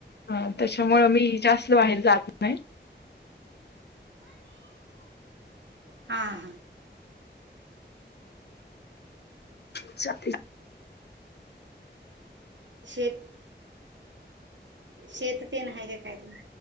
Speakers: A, on the left; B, on the right.
A: ह त्याच्यामुंळ मी जास्त बाहेर जात नाही
B: हा हा
A: अच्छ
B: शेत शेत तेन आहे का काय तुम्